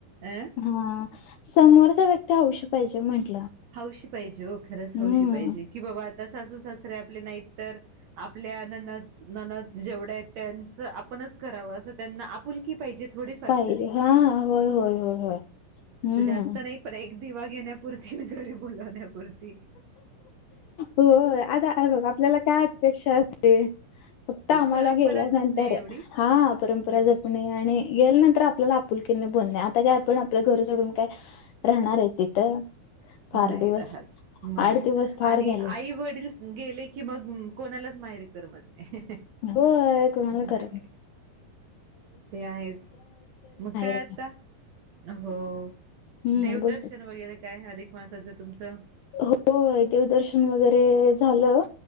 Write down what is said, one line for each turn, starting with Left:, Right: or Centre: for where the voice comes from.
Right: अं
Left: हा समोरचा व्यक्ती हौशी <unintelligible>
Right: हौशी पाहिजे हो खरंच, हौशी
Left: हम्म
Right: पाहिजे की बाबा सासू सासरे आपले नाही तर आपल्या नन ननच जेवढं आहेत त्यांच आपणच करावं असं त्यांना आपुलकी पाहिजे. थोडीफार
Left: पाहिजे
Right: तरी्,
Left: हा हा होय होय होय होय हम्म.
Right: असं जास्त नाही पण दिवा घेण्या पुूर <unintelligible> बोलावण्यापूर्ती
Left: हो आता आहे बघ आपल्याला काय अपेक्षा असते, फक्त आम्हाला
Right: परंपरा
Left: गेल्यानंतर
Right: जपण्या एवढी
Left: हा परंपरा
Right: अ
Left: जपणे आणि गे नंतर आपल्याला आपुलकीनी बोलणे आता काय आपण आपल्या घर सोडून काय राहणार आहे तिथं
Right: नाही
Left: फार दिवस
Right: राहत म,
Left: आठ दिवस फार
Right: आणि
Left: झाले
Right: आई वडील गेले की मग, कोणालाच माहेरी करमत नाही
Left: हो कोणाला
Right: नाही
Left: कर
Right: ते आहेच मग काय
Left: आहे
Right: आता, हो
Left: हम्म
Right: देवदर्शन
Left: बोल
Right: वगैरे काय अधिक <unintelligible> तुमचं
Left: हो देवदर्शन वगैरे झालं.